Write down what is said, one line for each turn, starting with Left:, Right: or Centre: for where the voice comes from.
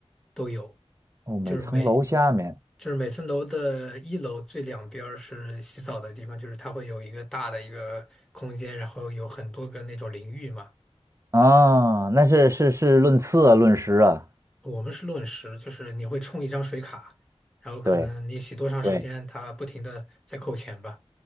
Centre: 都有，
Right: 哦，每层楼下面
Centre: 就是每就是每层楼的一楼最两边儿是洗澡的地方，就是它会有一个大的一个空间，然后有很多个那种淋浴嘛。
Right: 啊，那是是是论次啊，论时啊。
Centre: 我们是论时，就是你会充一张水卡，然后可能你洗多长时间，
Right: 对对
Centre: 它不停的在扣钱吧。